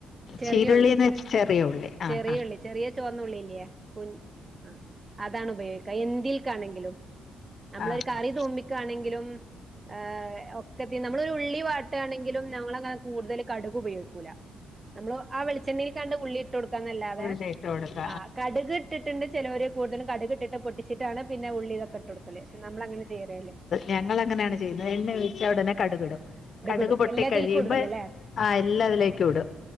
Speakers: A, on the right; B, on the left.
A: ചെറിയുള്ളി
B: ചീരുള്ളിന്ന് വെച്ച ചെറിയ ഉള്ളി ആ
A: ചെറിയുള്ളി
B: ആ
A: ചെറിയ ചുവന്ന ഉള്ളില്ലേ - കു ആ അതാണ് ഉപയോഗിക്കുക എന്തിൽ ക്കാണെങ്കിലും നമ്മളൊരു
B: ആ
A: കറി തൂ മി ക്കാണെങ്കിലും ഹ് ഒക്കെത്തി നമ്മളോരുള്ളി വാ ട്ടാണെങ്കിലുംനമ്മളങ്ങനെ കൂടുതൽ കടുക് ഉപയോഗിക്കൂല നമ്മള് ആ വെളിച്ചെണ്ണികൺ ഉള്ളി ഇട്ട്കൊടുക്കാന്നല്ലാതെ
B: ഉള്ളി ഇട്ട് കൊടുക്ക
A: ആ കടുക് ഇട്ടിട്ടുണ്ട് ചിലര് കൂടുതലും കടുകിട്ടിട്ട് പൊട്ടി- ച്ചിട്ടാണ് പിന്നെ ഉള്ളി ഇതൊക്കട്ട് കൊടുക്കല് ക്ഷേ നമ്മളങ്ങന ചെയ്യറേല്ല
B: ഞങ്ങളങ്ങനെയാണ് ചെയ്യുന്നത് എണ്ണ ഒഴിച്ചാ ഒടനെ കടുകിടും കടുക്
A: ഇടും
B: പൊട്ടി
A: എല്ലാതീൽക്കും
B: കഴിയുമ്പ
A: ഇടുവല്ലോ അല്ലേ
B: ആ എല്ലാ അതിലേക്കും ഇടും